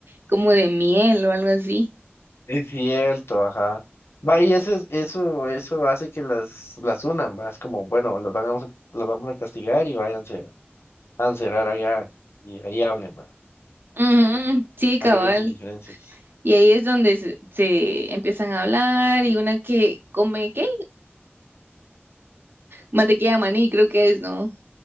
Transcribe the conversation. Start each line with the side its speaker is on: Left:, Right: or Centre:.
Right: como de miel o algo así.
Left: es cierto, ajá. Va, y eso, es- eso, eso hace que las, las unan, ¿va? Es como, bueno, los vamos a, los vamos a castigar y váyanse a encerrar allá, y ahí hablen, ¿va?
Right: Ujú, sí,
Left: Arreglen
Right: cabal.
Left: sus diferencias.
Right: Y ahí es donde se, se empiezan a hablar y una que come, ¿qué? Mantequilla de maní, creo que es, ¿no?